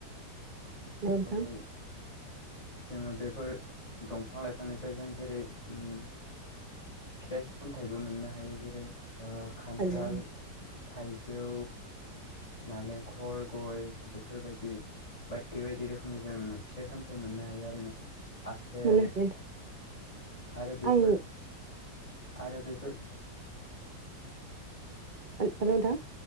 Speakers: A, on the right (about 30°); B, on the left (about 20°).
A: नोंथां
B: जेरै जोङो बेफोर दंफां लाइफांनिफ्राय जों जेरै फिथाइ सामथायबो मोननो हायो जेरै खान्थाल
A: हायो
B: थाइजौ नालेंखल गय बेफोरबायदि बायदि बायदि रोखोमनि जों फिथाइ सामथाय मोननो हायो आरोना आपेल
A: मोननो हायो नोंथां
B: आरो बेफोर
A: आं
B: आरो बेफोर
A: हेल' नोंथां